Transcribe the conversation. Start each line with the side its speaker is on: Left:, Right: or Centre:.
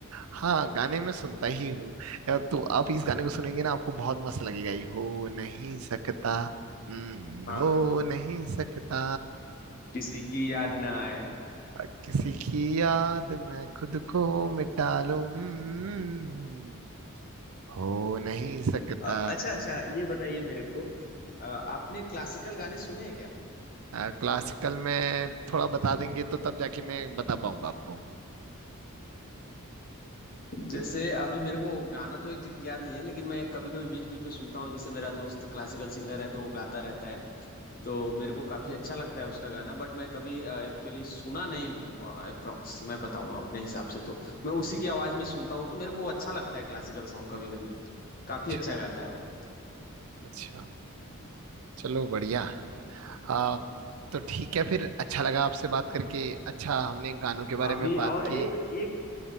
Right: हाँ गाने में सुनता ही हूँ अ, तो आप इस गाने को सुनेंगे ना आपको बहुत मस्त लगेगा ये हो नहीं सकता हम्म,
Left: हाँ
Right: हो
Left: हाँ
Right: नहीं सकता
Left: किसी की याद ना आए <laughs>
Right: अ, किसी की याद में खुद को मिटा लूं हम्म, हो नहीं सकता
Left: अ, अच्छा अच्छा ये बताइए मेरे को अ, आपने क्लासिकल गाने सुने हैं क्या
Right: क्लासिकल में थोड़ा बता देंगे तो तब जाके मैं बता पाऊंगा आपको
Left: जैसे अभी मेरे को गाना तो एग्जैक्ट याद नहीं है लेकिन मैं कभी कभी बीच बीच में सुनता हूँ जैसे मेरा दोस्त क्लासिकल सिंगर है तो वो गाता रहता है तो मेरे को काफी अच्छा लगता है उसका गाना बट मैं कभी एक्चुअली सुना नहीं हूँ अप्रोक्स मैं बताऊँ अपने हिसाब से तो मैं उसी की आवाज में सुनता हूँ तो मेरे को अच्छा लगता है क्लासिकल सॉन्ग कभी कभी काफी
Right: अच्छा
Left: अच्छा गाता है वो
Right: अच्छा चलो बढ़िया आ, तो ठीक है फिर अच्छा लगा आपसे बात करके अच्छा हमने गानों के बारे
Left: अभी
Right: में बात
Left: और
Right: की
Left: एक एक